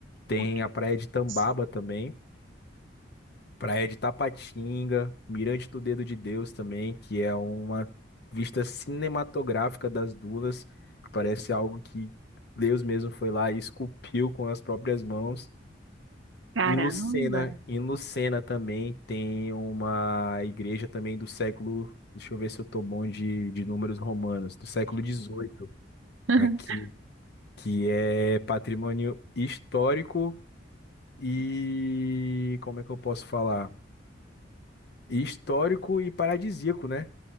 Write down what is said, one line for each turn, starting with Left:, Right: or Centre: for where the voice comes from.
Left: Tem
Right: por que
Left: a praia de Tambaba
Right: isso?
Left: também, praia de Tapatinga, Mirante do Dedo de Deus também, que é uma vista cinematográfica das dunas. que Parece algo que Deus mesmo foi lá e esculpiu com as próprias mãos.
Right: Caramba!
Left: Em Lucena, em Lucena também tem uma igreja também do século, deixa eu ver se eu tô bom de, de números romanos, do século XVIII
Right: <laughs>
Left: aqui, que é patrimônio histórico e como é que eu posso falar? Histórico e paradisíaco, né?